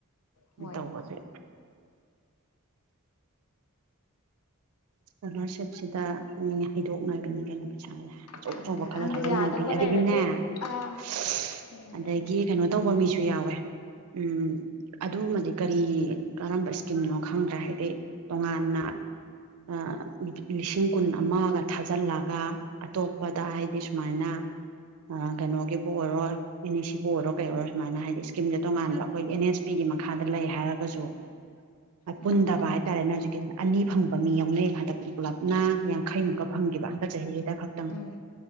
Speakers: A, on the left; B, on the right.
A: ꯍꯣꯏꯅꯦ
B: ꯎꯝ ꯇꯧꯕꯖꯦ ꯏꯁꯀꯣꯂꯥꯔꯁꯤꯞꯁꯤꯗ ꯃꯤ ꯍꯩꯗꯣꯛꯅꯕꯤꯅꯤ ꯀꯩꯅꯣ ꯄꯩꯁꯥꯖꯦ ꯑꯆꯧ
A: ꯈꯪꯗꯦ
B: ꯑꯆꯧꯕ
A: ꯈꯪꯗꯦ
B: ꯈꯜꯂꯥ ꯊꯥꯖꯟꯅꯕꯤ
A: ꯌꯥꯗꯧꯕ
B: ꯑꯗꯥꯒꯤꯅꯦ
A: ꯂꯩꯔꯗꯤ
B: <inaudible>
A: ꯑꯥ ꯌꯦꯡꯖꯜꯂꯣ
B: ꯑꯗꯒꯤ ꯀꯩꯅꯣ ꯇꯧꯕ ꯃꯤꯁꯨ ꯌꯥꯎꯋꯦ ꯎꯝ ꯑꯗꯨꯃꯗꯤ ꯀꯔꯤ ꯀꯔꯝꯕ ꯁ꯭ꯀꯤꯝꯅꯣ ꯈꯪꯗ꯭ꯔꯦ ꯍꯥꯏꯗꯤ ꯇꯣꯉꯥꯟꯅ ꯑꯥ ꯂꯤꯁꯤꯡ ꯀꯨꯟ ꯑꯃ ꯒꯥ ꯊꯥꯖꯤꯜꯂꯒ ꯑꯇꯣꯞꯄꯗ ꯍꯥꯏꯗꯤ ꯁꯨꯃꯥꯏꯅ ꯑꯥ ꯀꯩꯅꯣꯒꯤꯕꯨ ꯑꯣꯏꯔꯣꯏ ꯑꯦꯟ ꯑꯦꯁ ꯁꯤꯕꯨ ꯑꯣꯏꯔꯣ ꯀꯩ ꯑꯣꯏꯔꯣ ꯁꯨꯃꯥꯏꯅ ꯍꯥꯏꯗꯤ ꯁ꯭ꯀꯤꯝꯖꯦ ꯇꯣꯉꯥꯟꯕ ꯑꯈꯣꯏ ꯑꯦꯟ ꯑꯦꯁ ꯄꯤꯒꯤ ꯃꯈꯥꯗ ꯂꯩ ꯍꯥꯏꯔꯒꯥꯖꯨ ꯑꯥ
A: ꯎꯝ
B: ꯄꯨꯟꯗꯕ ꯍꯥꯏꯇꯥꯔꯦꯅꯦ ꯍꯧꯖꯤꯛꯀꯤꯖꯤꯅ ꯑꯅꯤ ꯐꯪꯕ ꯃꯤ ꯌꯥꯎꯅꯩ ꯍꯟꯗꯛ ꯄꯨꯂꯞꯅ ꯌꯥꯡꯈꯩꯃꯨꯛꯀꯥ ꯐꯪꯒꯤꯕ ꯍꯟꯗꯛ ꯆꯍꯤꯖꯤꯗꯥ ꯈꯛꯇꯪ
A: ꯎꯝ